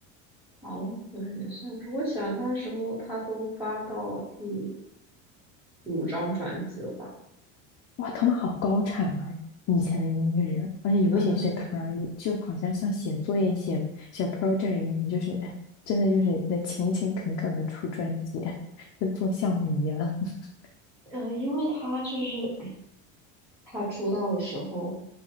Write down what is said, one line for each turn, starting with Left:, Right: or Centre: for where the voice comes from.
Centre: 狂粉也算不是。我喜欢他的时候，他都发到第五张专辑了吧？
Left: 哇，他们好高产啊！以前的音乐人，而且尤其是他，
Centre: 嗯
Left: 就好像像写作业、写写 project 一样，就是哎真的就是在勤勤恳恳的出专辑，跟做项目一样。<laughs>
Centre: 嗯，呃，因为他就是 <clears throat> 他出道的时候，